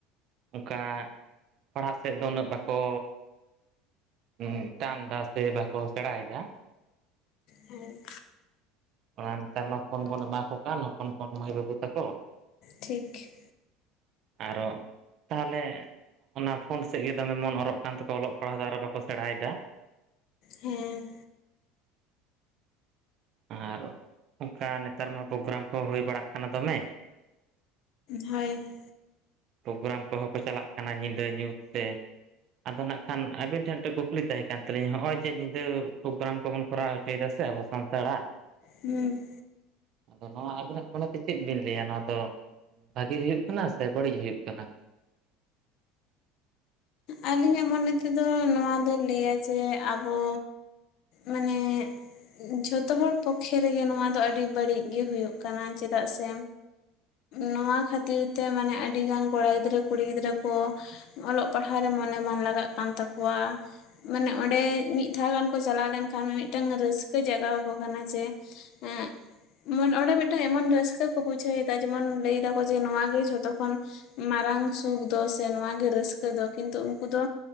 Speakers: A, on the right (about 55°); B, on the left (about 60°).
A: ᱚᱱᱠᱟ ᱯᱟᱲᱦᱟᱜ ᱥᱮᱫ ᱫᱚ ᱩᱱᱟᱹᱜ ᱵᱟᱠᱚ <unintelligible> ᱵᱟᱠᱚ ᱥᱮᱬᱟᱭᱮᱫᱟ᱾
B: ᱦᱮᱸ
A: ᱚᱱᱟ ᱱᱮᱛᱟᱨ ᱢᱟ ᱯᱷᱳᱱ ᱵᱚᱱ ᱮᱢᱟ ᱠᱚ ᱠᱟᱱ ᱦᱚᱯᱚᱱ ᱦᱚᱯᱚᱱ ᱢᱟᱹᱭ ᱵᱟᱹᱵᱩ ᱛᱟᱠᱚ᱾
B: ᱴᱷᱤᱠ
A: ᱟᱨᱚ ᱛᱟᱦᱚᱞᱮ ᱚᱱᱟ ᱯᱷᱳᱱ ᱥᱮᱫ ᱜᱮ ᱫᱚᱢᱮ ᱢᱚᱱ ᱚᱨᱚᱜ ᱠᱟᱱ ᱛᱟᱠᱚᱣᱟ ᱚᱞᱚᱜ ᱯᱟᱲᱦᱟᱣ ᱫᱚ ᱟᱨ ᱵᱟᱠᱚ ᱥᱮᱬᱟᱭᱫᱟ᱾
B: ᱦᱮᱸ
A: ᱟᱨ ᱚᱱᱠᱟ ᱱᱮᱛᱟᱨ ᱢᱟ ᱯᱨᱳᱜᱨᱟᱢ ᱠᱚ ᱦᱩᱭ ᱵᱟᱲᱟᱜ ᱠᱟᱱᱟ ᱫᱚᱢᱮ
B: ᱦᱚᱭ
A: ᱯᱨᱳᱜᱨᱟᱢ ᱠᱚᱦᱚᱸ ᱠᱚ ᱪᱟᱞᱟᱜ ᱠᱟᱱᱟ ᱧᱤᱫᱟᱹ ᱧᱩᱛ ᱛᱮ ᱟᱫᱚ ᱱᱟᱜ ᱠᱷᱟᱱ ᱟᱵᱤᱱ ᱴᱷᱮᱱ ᱢᱤᱫᱴᱮᱱ ᱠᱩᱠᱞᱤ ᱛᱟᱦᱮᱸ ᱠᱟᱱ ᱛᱟᱹᱞᱤᱧᱟ ᱦᱚᱜ-ᱚᱭ ᱡᱮ ᱧᱤᱫᱟᱹ ᱯᱨᱳᱜᱨᱟᱢ ᱠᱚᱵᱚᱱ ᱠᱚᱨᱟᱣ ᱦᱚᱪᱚᱭ ᱫᱟ ᱥᱮ ᱟᱵᱚ ᱥᱟᱱᱛᱟᱲᱟᱜ
B: ᱦᱩᱸᱻ
A: ᱟᱫᱚ ᱱᱚᱣᱟ ᱟᱵᱤᱱᱟᱜ ᱢᱚᱱᱮ ᱛᱮ ᱪᱮᱫ ᱵᱤᱱ ᱞᱟᱹᱭᱟ ᱱᱚᱣᱟ ᱫᱚ ᱵᱷᱟᱜᱤ ᱦᱩᱭᱩᱜ ᱠᱟᱱᱟ ᱥᱮ ᱵᱟᱹᱲᱤᱡ ᱦᱩᱭᱩᱜ ᱠᱟᱱᱟ?
B: ᱟᱹᱞᱤᱧᱟᱜ ᱢᱚᱱᱮ ᱛᱮᱫᱚ ᱱᱚᱣᱟ ᱫᱚᱭ ᱞᱟᱹᱭᱟ ᱡᱮ ᱟᱵᱚ ᱢᱟᱱᱮ ᱡᱷᱚᱛᱚ ᱦᱚᱲ ᱯᱚᱠᱷᱮ ᱨᱮᱜᱮ ᱱᱚᱣᱟ ᱫᱚ ᱟᱹᱰᱤ ᱵᱟᱹᱲᱤᱡ ᱜᱮ ᱦᱩᱭᱩᱜ ᱠᱟᱱᱟ᱾ ᱪᱮᱫᱟᱜ ᱥᱮ ᱱᱚᱣᱟ ᱠᱷᱟᱹᱛᱤᱨ ᱛᱮ ᱢᱟᱱᱮ ᱟᱹᱰᱤᱜᱟᱱ ᱠᱚᱲᱟ ᱜᱤᱫᱽᱨᱟᱹ ᱠᱩᱲᱤ ᱜᱤᱫᱽᱨᱟᱹ ᱠᱚ ᱚᱞᱚᱜ ᱯᱟᱲᱦᱟᱣ ᱨᱮ ᱢᱚᱱᱮ ᱵᱟᱝ ᱞᱟᱜᱟᱜ ᱠᱟᱱ ᱛᱟᱠᱚᱣᱟ ᱢᱟᱱᱮ ᱚᱸᱰᱮ ᱢᱤᱫ ᱫᱷᱟᱣ ᱜᱟᱱ ᱠᱚ ᱪᱟᱞᱟᱣ ᱞᱮᱱ ᱠᱷᱟᱱ ᱢᱤᱫᱴᱟᱱ ᱨᱟᱹᱥᱠᱟᱹ ᱡᱟᱜᱟᱣ ᱟᱠᱚ ᱠᱟᱱᱟ ᱡᱮ ᱮᱸᱜ ᱢᱚᱱ ᱚᱸᱰᱮ ᱢᱤᱫᱴᱟᱝ ᱮᱢᱚᱱ ᱨᱟᱹᱥᱠᱟᱹ ᱠᱚ ᱵᱩᱡᱷᱟᱹᱣᱮᱫᱟ ᱡᱮᱢᱚᱱ ᱞᱟᱹᱭ ᱮᱫᱟ ᱠᱚ ᱡᱮ ᱱᱚᱣᱟ ᱜᱮ ᱡᱷᱚᱛᱚ ᱠᱷᱚᱱ ᱢᱟᱨᱟᱝ ᱥᱩᱠ ᱫᱚ ᱥᱮ ᱱᱚᱣᱟ ᱜᱮ ᱨᱟᱹᱥᱠᱟᱹ ᱫᱚ ᱠᱤᱱᱛᱩ ᱩᱱᱠᱩ ᱫᱚ